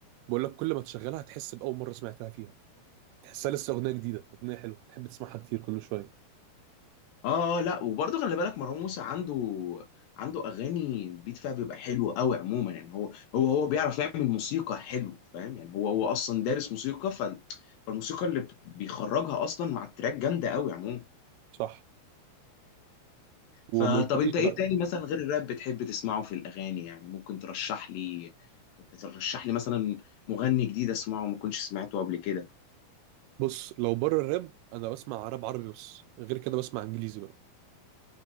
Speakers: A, on the right (about 85°); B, on the left (about 70°).
A: بقول لك كل ما تشغلها تحس باول مره سمعتها فيها تحسها لسه اغنيه جديده اغنيه حلوه تحب تسمعها كتير كل شويه
B: اه لا وبرضه خلي بالك مروان موسى عنده عنده اغاني البيت فيها بيبقى حلو قوي عموما يعني هو هو هو بيعرف يعمل موسيقى حلو فاهم يعني هو هو اصلا دارس موسيقى ف فالموسيقى اللي بيخرجها اصلا مع التراك جامده قوي عموما
A: صح وما
B: فطب
A: قلتليش
B: انت
A: بقى
B: ايه تاني مثلا غير الراب بتحب تسمعه في الاغاني يعني ممكن ترشح لي ترشح لي مثلا مغني جديد اسمعه ما كنتش سمعته قبل كده
A: بص لو بره الراب انا بسمع راب عربي بس غير كده بسمع انجليزي بقى